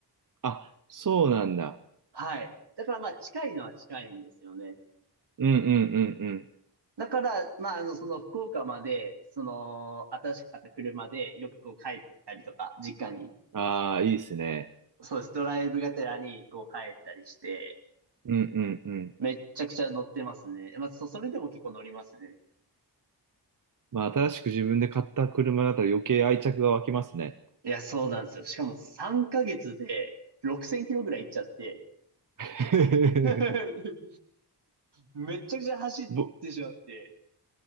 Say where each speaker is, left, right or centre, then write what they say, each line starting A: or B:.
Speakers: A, on the right; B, on the right.
A: あ、そうなんだ。
B: はい。だからまあ近いのは近いんですよね。
A: うんうんうんうん。
B: だから、まああの、その福岡まで、その、新しく買った車でよくこう帰ったりとか、実家に。
A: ああ、いいっすね。
B: そうです。ドライブがてらにこう帰ったりして、
A: うんうんうん。
B: めっちゃくちゃ乗ってますね。まあそ、それでも結構乗りますね。
A: まあ、新しく自分で買った車だったら余計愛着が湧きますね。
B: いや、そうなんですよ。しかも3ヶ月で6000キロぐらい行っちゃって、
A: <laughs>
B: <laughs> めっちゃくちゃ走ってしまって。
A: ぼ、